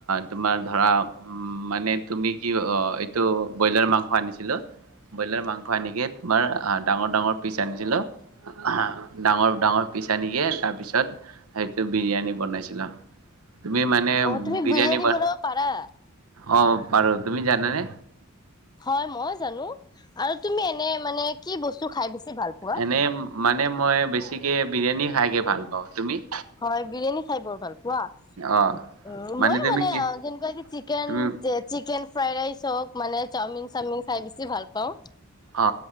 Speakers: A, on the right (about 80°); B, on the left (about 20°).
A: তোমাৰ ধৰা উম মানে তুমি কি এইটো ব্ৰইলাৰ মাংস আনিছিলো, ব্ৰইলাৰ মাংস আনিকে তোমাৰ ডাঙৰ ডাঙৰ পিছ আনিছিলো হা। ডাঙৰ ডাঙৰ পিছ আনিকে তাৰ পিছত সেইটো বিৰিয়ানী বনাইছিলো। তুমি মানে
B: অ তুমি
A: বিৰিয়ানী বন,
B: বনাব পাৰা
A: অ। পাৰ তুমি জানা নে?
B: হয় মই জানো, আৰু তুমি এনে মানে কি বস্তু খাই বেছি ভাল পোৱা
A: এনেই মানে মই বেছিকে বিৰিয়ানী খাই কে ভাল পাওঁ তুমি?
B: হয় বিৰিয়ানী খাই বৰ ভাল প পোৱা,
A: অ
B: মই
A: তুমি
B: মানে
A: কি
B: যেনেকোৱা যে চিকেন,
A: তুমি
B: চিকেন ফ্ৰাই ৰাইচ হওক মানে চাওমিন চাওমিন খাইচ কি ভাল পাওঁ
A: অ,